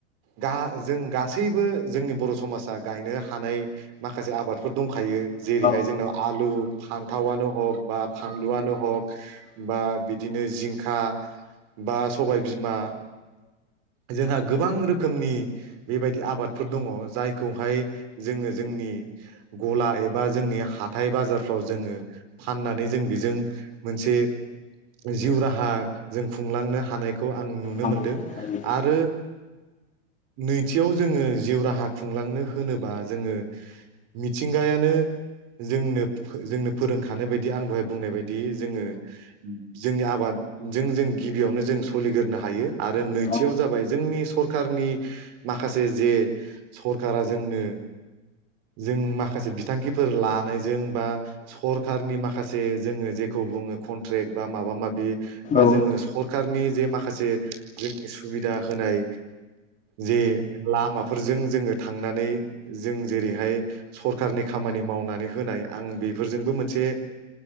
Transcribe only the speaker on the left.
औ
हायो
हायो
औ
औ